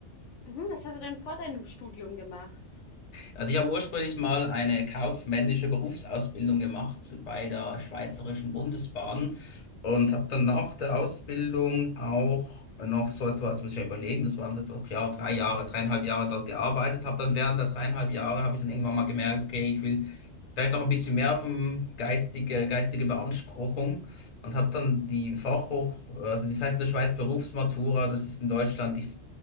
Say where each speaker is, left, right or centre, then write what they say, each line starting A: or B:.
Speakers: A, on the left (about 75°); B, on the left (about 40°).
A: Mhm, was hast du denn vor deinem Studium gemacht?
B: Also ich habe ursprünglich mal eine kaufmännische Berufsausbildung gemacht bei der Schweizerischen Bundesbahn und habe dann nach der Ausbildung auch noch so etwa, jetzt muss ich ja überlegen, das waren so etwa, ja, drei Jahre, dreieinhalb Jahre dort gearbeitet, habe dann während der dreieinhalb Jahre, habe ich dann irgendwann mal gemerkt, okay, ich will vielleicht noch ein bisschen mehr vom geistige, geistige Beanspruchung und habe dann die Fachhoch, also das heißt in der Schweiz Berufsmatura, das ist in Deutschland die